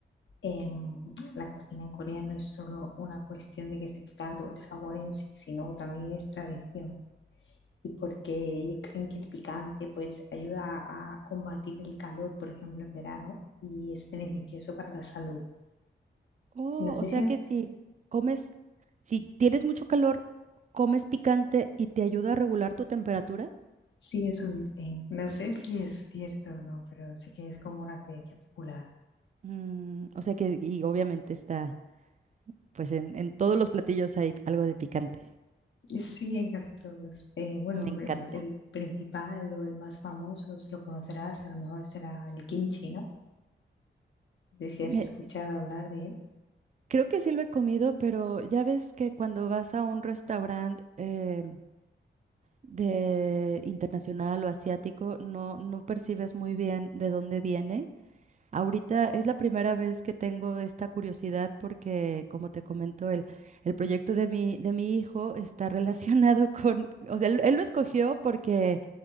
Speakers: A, on the left; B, on the right.
A: em, la cocina en Corea no es solo una cuestión de que esté picante o el sabor en sí, sino también es tradición. Y porque ellos creen que el picante pues ayuda a combatir el calor, por ejemplo, en verano, y es beneficioso para la salud.
B: Oh,
A: No
B: o
A: sé
B: sea
A: si
B: que
A: es,
B: si comes, si tienes mucho calor, comes picante y te ayuda a regular tu temperatura.
A: si es un thing, no sé si es cierto o no, pero sí que es como una creencia popular.
B: Mm, o sea que, y obviamente está, pues en, en todos los platillos hay algo de picante.
A: Eh, Sí, en casi todos. Eh, bueno,
B: Me encanta.
A: el, el principal o el más famoso, si lo conocerás, a lo mejor será el kimchi, ¿no? No sé si
B: Eh,
A: has escuchado hablar de él.
B: Creo que sí lo he comido, pero ya ves que cuando vas a un restaurante eh, de internacional o asiático, no, no percibes muy bien de dónde viene. Ahorita es la primera vez que tengo esta curiosidad porque, como te comento, el, el proyecto de mi, de mi hijo está <laughs> relacionado con, o sea, él, él lo escogió porque